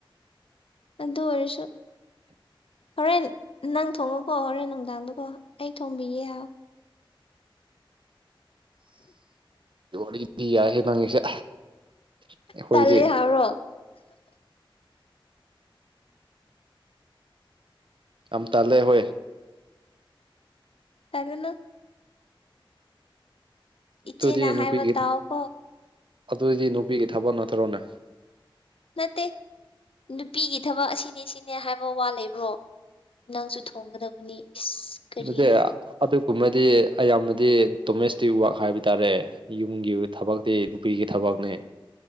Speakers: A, on the left; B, on the right.
A: ꯑꯗꯨ ꯑꯣꯏꯔꯁꯨ ꯍꯣꯔꯦꯟ ꯅꯪ ꯊꯣꯡꯉꯣꯀꯣ ꯍꯣꯔꯦꯟ ꯅꯨꯡꯗꯥꯡꯗꯀꯣ ꯑꯩ ꯊꯣꯡꯝꯕꯤꯒꯦ ꯍꯥꯏꯌꯨ
B: ꯋꯥꯔꯤꯗꯤ ꯌꯥꯢꯍꯦ ꯅꯪꯒꯤꯁꯦ ꯑꯩꯈꯣꯏꯗꯤ
A: ꯇꯜꯂꯤ ꯍꯥꯏꯕ꯭ꯔꯣ
B: ꯌꯥꯝ ꯇꯥꯜꯂꯦ ꯍꯣꯏ
A: ꯇꯜꯂꯨꯅꯨ ꯏꯆꯦꯅ
B: ꯗꯨꯗꯤ ꯅꯨꯄꯤꯒꯤ
A: ꯍꯥꯏꯕ ꯇꯥꯎꯀꯣ
B: ꯑꯗꯨꯗꯤ ꯅꯨꯄꯤꯒꯤ ꯊꯕꯛ ꯅꯠꯇꯔꯣꯅꯦ
A: ꯅꯠꯇꯦ ꯅꯨꯄꯤꯒꯤ ꯊꯕꯛ ꯑꯁꯤꯅꯤ ꯁꯤꯅꯦ ꯍꯥꯏꯕ ꯋꯥ ꯂꯩꯕ꯭ꯔꯣ ꯅꯪꯁꯨ ꯊꯣꯡꯒꯗꯕꯅꯤ ꯏꯁ ꯀꯔꯤ
B: ꯑꯗꯨꯗꯤ ꯑꯗꯨꯒꯨꯝꯕꯗꯤ ꯑꯌꯥꯝꯕꯗꯤ ꯗꯣꯃꯦꯁꯇꯤꯛ ꯋꯥꯛ ꯍꯥꯏꯕ ꯇꯥꯔꯦ ꯌꯨꯝꯒꯤ ꯑꯣꯏꯕ ꯊꯕꯛꯇꯤ ꯅꯨꯄꯤꯒꯤ ꯊꯕꯛꯅꯦ